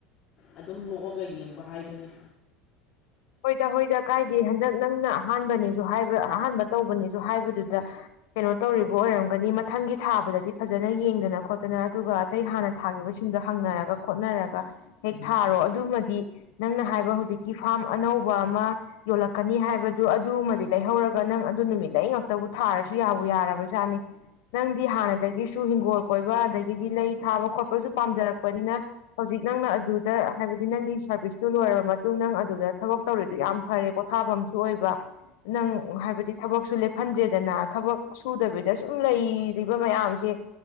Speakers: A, on the left (about 50°); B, on the left (about 75°).
A: ꯑꯗꯨꯝ ꯂꯣꯛꯑꯒ ꯌꯦꯡꯕ ꯍꯥꯏꯗꯨꯅꯤ
B: ꯍꯣꯏꯗ ꯍꯣꯏꯗ ꯀꯥꯏꯗꯦ ꯍꯟꯗꯛ ꯅꯪꯅ ꯑꯍꯥꯟꯕꯅꯦꯖꯨ ꯍꯥꯏꯕ ꯑꯍꯥꯟꯕ ꯇꯧꯕꯅꯤꯖꯨ ꯍꯥꯏꯕꯗꯨꯗ ꯀꯩꯅꯣ ꯇꯧꯔꯤꯕ ꯑꯣꯏꯔꯝꯒꯅꯤ ꯃꯊꯪꯒꯤ ꯊꯥꯕꯗꯗꯤ ꯐꯖꯅ ꯌꯦꯡꯗꯅ ꯈꯣꯠꯇꯅ ꯑꯗꯨꯒ ꯑꯇꯩ ꯍꯥꯟꯅ ꯊꯥꯒꯤꯕꯁꯤꯡꯗ ꯍꯪꯅꯔꯒ ꯈꯣꯠꯅꯔꯒ ꯍꯦꯛ ꯊꯥꯔꯣ ꯑꯗꯨꯃꯗꯤ ꯅꯪꯅ ꯍꯥꯏꯕ ꯍꯧꯖꯤꯛꯀꯤ ꯐꯥꯝ ꯑꯅꯧꯕ ꯑꯃ ꯌꯣꯜꯂꯛꯀꯅꯤ ꯍꯥꯏꯕꯗꯨ ꯑꯗꯨꯃ ꯂꯩꯍꯧꯔꯒ ꯅꯪ ꯑꯗꯨ ꯅꯨꯃꯤꯠ ꯂꯩ ꯉꯥꯛꯛꯇꯕꯨ ꯊꯥꯔꯁꯨ ꯌꯥꯕꯨ ꯌꯥꯔꯕꯖꯥꯠꯅꯤ ꯅꯪꯗꯤ ꯍꯥꯟꯅꯗꯒꯤꯁꯨ ꯍꯤꯡꯒꯣꯜ ꯀꯣꯏꯕ ꯑꯗꯒꯤꯗꯤ ꯂꯩ ꯊꯥꯕ ꯈꯣꯠꯄꯁꯨ ꯄꯥꯝꯖꯔꯛꯄꯅꯤꯅ ꯍꯧꯖꯤꯛ ꯅꯪꯅ ꯑꯗꯨꯗ ꯍꯥꯏꯕꯗꯤ ꯅꯪꯒꯤ ꯁꯥꯔꯚꯤꯁꯇꯨ ꯂꯣꯏꯔ ꯃꯇꯨꯡ ꯅꯪ ꯑꯗꯨꯗ ꯊꯕꯛ ꯇꯧꯔꯤꯗꯣ ꯌꯥꯝ ꯐꯔꯦ ꯄꯣꯊꯥꯐꯝꯁꯨ ꯑꯣꯏꯕ ꯅꯪ ꯍꯥꯏꯕꯗꯤ ꯊꯕꯛꯁꯨ ꯂꯦꯞꯍꯟꯗ꯭ꯔꯦꯗꯅ ꯊꯕꯛ ꯁꯨꯗꯕꯤꯗ ꯁꯨꯝ ꯂꯩꯔꯤꯕ ꯃꯌꯥꯝꯁꯦ